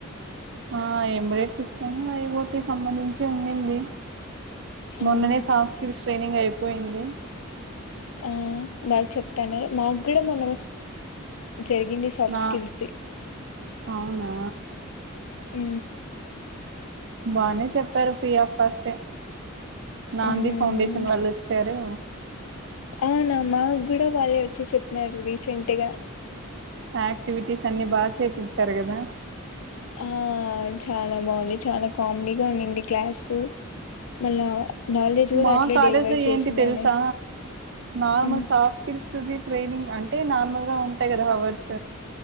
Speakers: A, on the right; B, on the left.
A: ఆ ఎంబ్రాయిడరీ సిస్టమ్ ఒకటి సంబంధించి ఉండింది మొన్ననే
B: మ్మ్.
A: సాంస్కృతిక ట్రైనింగ్ అయిపో పోయింది
B: ఆ మాకు చెప్తాన్నారు మాకు కూడా మనం జరిగింది సాఫ్ట్
A: నా
B: స్కిల్స్ది
A: అవునా
B: ఊ
A: బానే చెప్పారు ఫ్రీ ఆఫ్ కాస్టే నాంది
B: మ్మ్.
A: ఫౌండేషన్ వాళ్ళు వచ్చారు
B: అవునా మా గ్గూడా వాళ్ళే వచ్చి చెప్పినారు ఇవి సెంటెగా
A: యాక్టివిటీస్ అన్ని బాగా చేపించారు కదా
B: ఆ చాలా బాగుంది చాలా కామెడీగా ఉడి క్లాసు మళ్ళా నాలెడ్జ్ కూడా
A: మా
B: అట్లే
A: కాలేజ్
B: డెలివర్
A: లో
B: చేసింది
A: ఏంటి తెలుసా
B: ఆమె
A: నార్మల్
B: ఉమ్
A: సాఫ్ట్ స్కిల్స్ ది ట్రైనింగ్ అంటే నార్మల్ గా ఉంటాయి కదా హవర్స్